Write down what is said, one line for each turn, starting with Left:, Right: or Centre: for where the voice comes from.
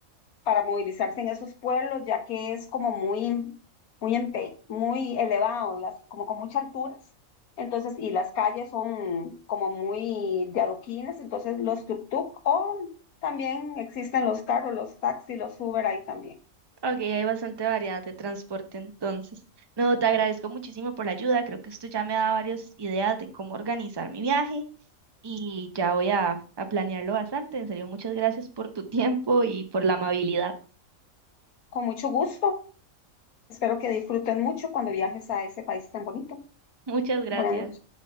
Left: para movilizarse en esos pueblos, ya que es como muy, muy, empe- muy elevado, las, como con muchas alturas. Entonces, y las calles son como muy de adoquines, entonces los tuk-tuk o también existen los carros, los taxis, los Uber ahí también.
Right: Ok, hay bastante variedad de transporte entonces. No, te agradezco muchísimo por la ayuda. Creo que esto ya me da varias ideas de cómo organizar mi viaje y ya voy a, a planearlo bastante. En serio, muchas gracias por tu tiempo y por la amabilidad.
Left: Con mucho gusto. Espero que disfruten mucho cuando viajes a ese país tan bonito.
Right: <laughs> Muchas gracias.
Left: Buenas noches.